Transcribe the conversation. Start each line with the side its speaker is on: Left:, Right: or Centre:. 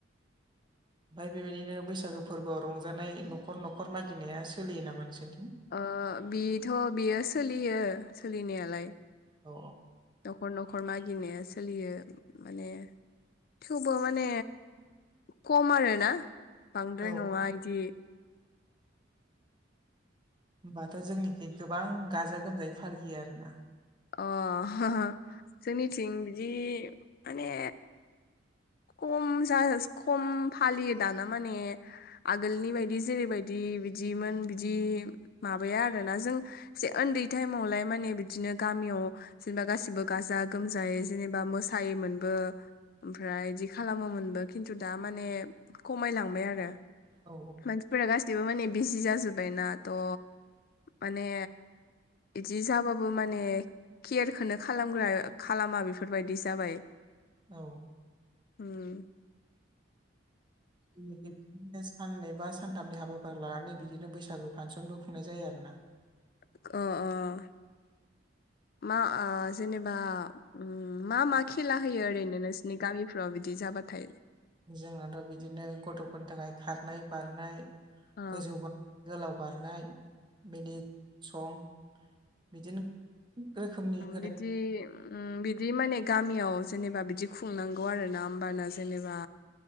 Right: ओमफाय बेबायदिनो बैसागो फोर्बोआव रंजानाय न'खर न'खर मागिनाया सोलियो नामा नोंसोरनिथिं
Left: ओ बिथ' बियो सोलियो सोलिनायालाय
Right: औ
Left: न'खर न'खर मागिनाया सोलियो माने थेवबो माने खम आरोना बांद्राय
Right: औ
Left: नङा इदि
Right: होनोमबाथ' जोंनिखि गोबां गाजा गोमजायै फालियो आरो ना
Left: अ ह ह जोंनिथिं बिदि माने खम जाज खम फालियो दाना माने आगोलनि बायदि जेरैबायदि बिदिमोन बिदि माबाया आरोना जों जे उन्दै टाइमावलाय माने बिदिनो गामियाव जेनबा गासिबो गाजा गोमजायै जेनेबा मोसायोमोनबो ओमफ्राय इदि खालामोमोनबो खिन्थु दा माने खमायलांबाय आरो
Right: औ
Left: मानसिफोरा गाससिबो माने बिजि जाजोब्बायना थ' माने बिदि जाबाबो माने केरखौनो खालामग्रा खालामा बेफोरबायदि जाबाय
Right: औ
Left: उम
Right: नो साननै बा सानथामनि हाबाफारि लानानै बिदिनो बैसागु फांसनबो खुंनाय जायो आरो ना
Left: अ अ मा आ जेनेबा उम मा मा खेला होयो ओरैनो नोंसोरनि गामिफ्राव बिदि जाबाथाय
Right: जोंनाथ' बिदिनो गथ'फोरनि थाखाय खारनाय बारनाय
Left: ओ
Right: गोजौ बा गोलाव बारनाय बिनि सं बिदिनो रोखोमनि होनाय
Left: बिदि जि उम उम बिदि माने गामियाव जेनेबा बिदि खुंनांगौ आरो ना होमबाना जेनेबा